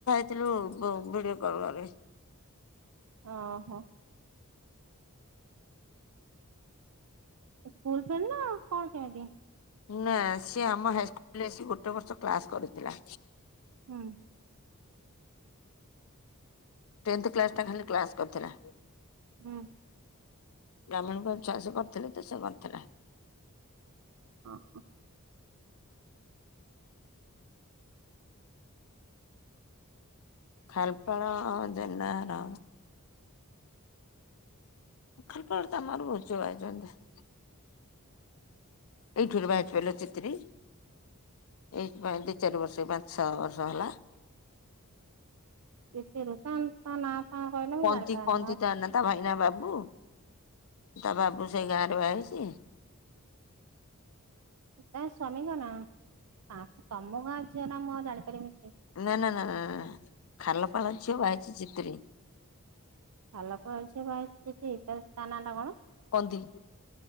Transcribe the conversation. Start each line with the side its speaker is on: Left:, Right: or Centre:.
Left: ଥିଲୁ ବୋଉ ଭିଡିଓ କଲ କରେ।
Right: ହଁ, ହଁ। ସ୍କୁଲ ଫେର ନା କଣ କମତି?
Left: ନା ସିଏ ଆମ ହାଇସ୍କୁଲରେ ଆସି ଗୋଟେ ବର୍ଷ କ୍ଲାସ କରିଥିଲା।
Right: ହୁଁ।
Left: ଟେନ୍ଥ କ୍ଲାସ ଟା ଖାଲି କ୍ଲାସ କରିଥିଲା।
Right: ହୁଁ।
Left: ବ୍ରାହ୍ମଣଙ୍କ ଛୁଆ ସେ କରିଥିଲେ ତ ସେ କରିଥିଲା।
Right: ହଁ ହଁ।
Left: ଖାଲପାଳ ଜେନା ଘର <unintelligible> ଏଇଠୁରୁ ବାହା ହାଇଥିଲାଏ ଚିତ୍ରି ଏଇଠି ପାଇଁ ଦିଚାରୀ ବର୍ଷ ଏଇ ପାଞ୍ଚ ଛଅ ବର୍ଷ ହେଲା।
Right: ଟିକେ ରହ ତାନ ତାନା ଫା କହିଲେ ମୁଁ
Left: କନ୍ତି
Right: ଜାଣିପାରନି।
Left: କନ୍ତି ତା ନା ତା ଭାଇନା ବାବୁ, ତା ବାବୁ ସେଇ ଗାଁରେ ବାହା ହଇଛି।
Right: ତା ସ୍ୱାମୀଙ୍କ ନାଁ, ନା ସେ ତମ ଗାଁ ଝିଅ ନା ମୁଁ ଆଉ ଜାଣିପାରିବି କି?
Left: ନା ନା ନା ନା ଖାଲ ପାଳ ଝିଅ ବାହା ହଇଛି ଚିତିରି।
Right: ଖଲାପଲ ଝିଅ ବାହା ହଇଛି ଚିତିରି, ତା ନା ଟା କଣ?
Left: କନ୍ତି